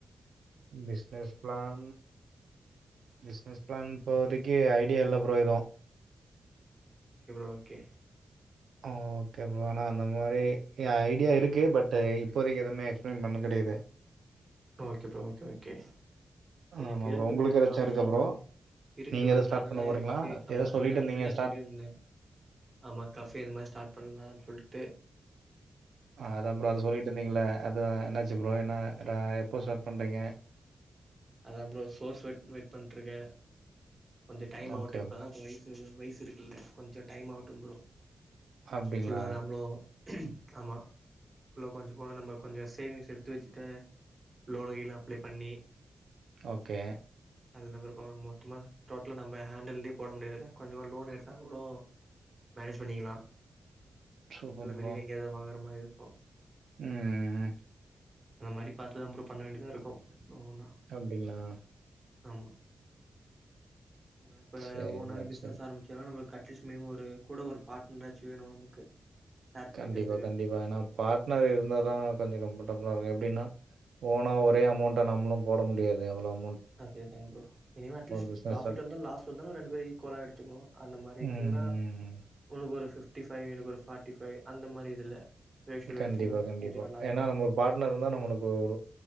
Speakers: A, on the right (about 75°); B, on the right (about 20°).
A: பிச்னஸ் பிளான் பிச்னஸ் பிளான் இபோதைக்கு ஐடியா இல்ல ப்ரோ எது
B: okay bro okay
A: okay bro ஆனா அந்த மாரி ஐடியா இருக்கு பட் இப்போதைக்கு எதுமே எக்ஸ்பிளைன் பண்ண முடையது
B: ஓகே ப்ரோ ஓகே ஓகே எனக்கு
A: ஆமா
B: இருக்கு
A: உங்களுக்கு
B: ப்ரோ
A: ஏதாச்சு
B: நானு
A: இருக்கா
B: ஸ்டார்ட்
A: ப்ரோ
B: பண்ண இருக்கு
A: நீங்க
B: ப்ரோ
A: எதோ
B: பிளான்
A: ஸ்டார்ட்
B: எல்லா
A: பண்ண போறீங்களா
B: இருக்கு ஆமா
A: ஏதோ சொல்லிட்டு
B: சொல்லி ஆல்ரெடி
A: இருந்தீங்க
B: நா
A: ஸ்டார்ட்
B: சொல்லிருந்தே ஆமா கஃபே இது மாரி ஸ்டார்ட் பண்ணலானு சொல்ட் ட்டு
A: ஆ அதா ப்ரோ அதா சொல்லிட்டு இருந்தீங்கல்ல அதா என்னாச்சு ப்ரோ என்ன எப்போ ஸ்டார்ட் பண்றீங்க
B: அதா ப்ரோ சோர்ஸ் வரட்டுன் வெயிட் பண்ணிட்டு இருக்கே கொஞ்ச டைம் ஆவுட்
A: ஓகே
B: இப்பதா வயசு வயசு இருக்குல்ல கொஞ்ச டைம் ஆவட்டு ப்ரோ
A: அப்டிங்களா
B: சொல்ல வேனா ப்ரோ ஆமா ஃபுல்லா கொஞ்ச போனா நம்ம கொஞ்ச சேவிங்ஸ் எடுத்து வச்சுட்டு லோனு இல்லா அப்ளே பண்ணி
A: ஓகே
B: அதுகப்புறோ போனா மொத்தமா டோட்டலா நம்ம ஹேண்டில்யே போட முடியாதுல கொஞ்சமா லோன் எடுத்தா கூட மேனேஜ் பண்ணிக்கலா
A: சூப்பர்
B: இல்ல
A: ப்ரோ
B: வெளியில எங்கய தா வாங்கற மாரி இருக்கு அ
A: ம்
B: அந்த மாரி பாத்துதா ப்ரோ பண்ண வேண்டியதா இருக்கூ ஒன்னு ஒன்னா
A: அப்டிங்ளா
B: ஆமா ஏனா இப்ப
A: சேரி
B: ஓனாவே
A: ப்ரோ
B: பிசினஸ்
A: சேரி
B: ஆரம்பிச்சொனா நமக்கு கட்டுப்படி அட்லீஸ் மினிமம் ஒரு கூட ஒரு பார்ட்னர் ஆச்சும் வேணும் நமக்கு ஷேர் பண்ணிக்கிறதுக்கு
A: கண்டிப்பா கண்டிப்பா ஏன பார்ட்னர் இருந்தா தான் கொஞ்சோ கம்ஃபர்டபுளா இருக்கும் அப்படின்னா ஓனா ஒரே அமௌண்டா நம்மளும் போட முடியாது அவ்வளவு
B: அதேதான் bro minimum at least
A: business
B: profit
A: run
B: வந்தாலும் லாஸ் வந்தாலும் ரெண்டு பேரும் ஈக்குவலா எடுத்துக்கணும் அந்த மாதிரி
A: ம்
B: இல்ன்னா உங்களுக்கு ஒரு பிப்டிஃபை எனக்கு ஒரு ஃபாடிபை அந்த மாதிரி இதுல ரேஷியோல
A: கண்டிப்பா
B: எடுத்துக்குனா
A: கண்டிப்பா
B: கொஞ்சம் நல்லாருக்கும்.
A: ஏன்னா நம்பளுக்கு ஒரு பார்ட்னர்ருந்தான் நம்மளுக்கு ஒரு